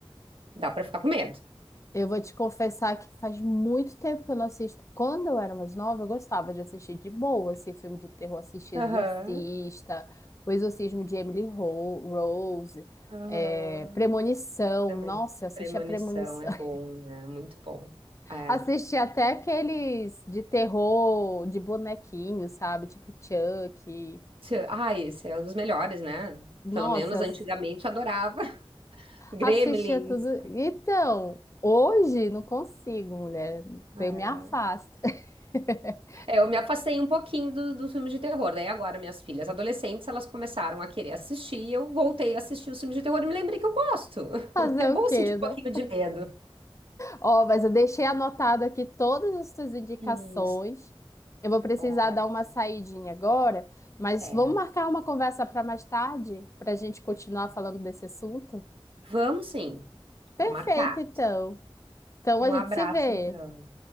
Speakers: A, on the right; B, on the left.
A: dá pra ficar com medo.
B: Eu vou te confessar que faz muito tempo que eu não assisto. Quando eu era mais nova, eu gostava de assistir de boa, assim, filme de terror, assistir
A: Aham.
B: Exorcista, O Exorcismo de Emily Ro- Rose,
A: Aham,
B: é, Premonição.
A: Também.
B: Nossa, eu assisti
A: Premonição
B: a Premonição.
A: é bom,
B: <laughs>
A: né? Muito bom. É.
B: Assisti até aqueles de terror, de bonequinho, sabe? Tipo Chuck.
A: Tchê, Ah, esse é um dos melhores, né?
B: Nossa,
A: Pelo menos antigamente adorava. <laughs> Gremlins.
B: Assistia tudo. Então, hoje não consigo, mulher.
A: É.
B: Eu me afasto. <laughs>
A: É, eu me afastei um pouquinho do- dos filmes de terror. Daí agora minhas filhas adolescentes, elas começaram a querer assistir. Eu voltei a assistir os filmes de terror e me lembrei que eu gosto. <laughs>
B: Fazer
A: É bom
B: o quê,
A: sentir um
B: né?
A: pouquinho de medo.
B: Ó, mas eu deixei anotado aqui todas as suas indicações.
A: Isso.
B: Eu vou precisar
A: Ótimo.
B: dar uma saidinha agora, mas
A: Certo.
B: vamos marcar uma conversa para mais tarde, para a gente continuar falando desse assunto?
A: Vamos sim. Tá
B: Perfeito,
A: marcado.
B: então. Então
A: Um
B: a gente
A: abraço,
B: se vê.
A: então.